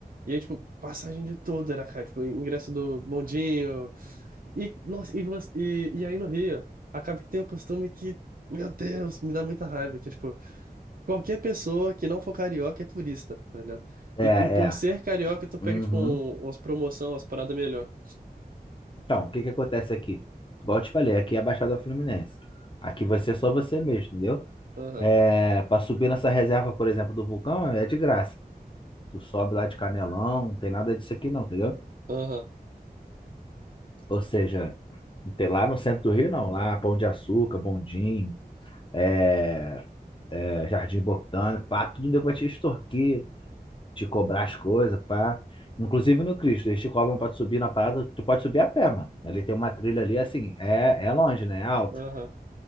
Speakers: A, on the right; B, on the left.
A: E aí, tipo, passagem de tudo era caro. Tipo, ingresso do bondinho. E, nossa, e, umas- e, e aí no Rio, acaba que tem um costume que, meu Deus, me dá muita raiva. Que, tipo, qualquer pessoa que não for carioca é turista, tá ligado?
B: É,
A: E,
B: é.
A: e por ser carioca, tu pega,
B: Uhum.
A: tipo, um, umas promoção, umas paradas melhor.
B: Então, o que que acontece aqui? Igual eu te falei, aqui é a Baixada Fluminense. Aqui vai ser só você mesmo, entendeu?
A: Aham,
B: É, para subir nessa reserva, por exemplo, do vulcão, é de graça. Tu sobe lá de Canelão, não tem nada disso aqui não, entendeu?
A: aham,
B: Ou seja, não tem lá no centro do Rio não, lá Pão de Açúcar, Bondim, é, é, Jardim Botânico, pá, tudo nego vai te extorquir, te cobrar as coisas, pá. Inclusive no Cristo, eles te cobram pra tu subir na parada, tu pode subir a pé, mano. Ali tem uma trilha ali, assim, é, é longe, né? É alto.
A: aham.